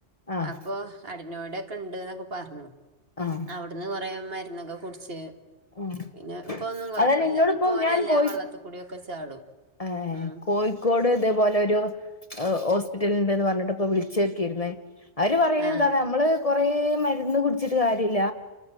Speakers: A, on the left (about 35°); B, on the right (about 55°).
A: ആഹ്
B: അപ്പോ ന്നോടൊക്കെ ഇണ്ട് എന്നൊക്കെ പറഞ്ഞു.
A: ആഹ്.
B: അവിട്ന്ന് കൊറേ മരുന്നൊക്കെ കുടിച്ച്.
A: ആഹ്
B: പിന്നെ പ്പ ന്നും കൊഴപ്പില്ല
A: അതാ നിന്നോടിപ്പം
B: ഇപോനെ
A: ഞാൻ
B: ല്ലാ
A: കോഴി
B: വെള്ളത്തിക്കൂടിയൊക്കെ ചാടും
A: ഏഹ്
B: ഉം
A: കോയ്. ക്കോട് ഇതേപോലെ ഒരു ഓ ഓസ്പിറ്റല്ണ്ട്ന്ന് പർഞ്ഞ്ട്ട് ഇപ്പൊ വിളിച്ചേക്കീര്ന്ന് അവര് പറയ്ണ്
B: ആ
A: എന്താന്നാ ഇമ്മള് കൊറേ മര്ന്ന് കുട്ച്ചിട്ട് കാര്യല്ല